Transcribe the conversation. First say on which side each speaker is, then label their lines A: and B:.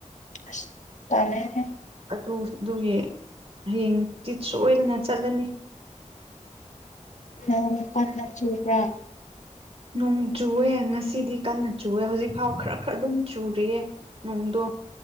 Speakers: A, on the left (about 65°); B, on the right (about 50°).
A: ꯑꯁ ꯇꯜꯂ‌ꯦꯍ‌ꯦ
B: ꯑꯗꯨ ꯑꯗꯨꯒꯤ ꯍꯌꯦꯡ ꯇꯤꯠ ꯁꯣꯏꯗꯅ ꯆꯠꯂꯅꯤ
A: ꯅꫭꯡ ꯀꯟꯅ ꯆꯨꯕ꯭ꯔꯥ
B: ꯅꯣꯡ ꯆꯨꯑꯦ ꯉꯁꯤꯗꯤ ꯀꯟꯅ ꯆꯨꯑꯦ ꯍꯧꯖꯤꯛꯐꯥꯎ ꯈꯔ ꯈꯔ ꯑꯗꯨꯝ ꯆꯨꯔꯤꯑ‌ꯦ ꯅꯣꯡꯗꯣ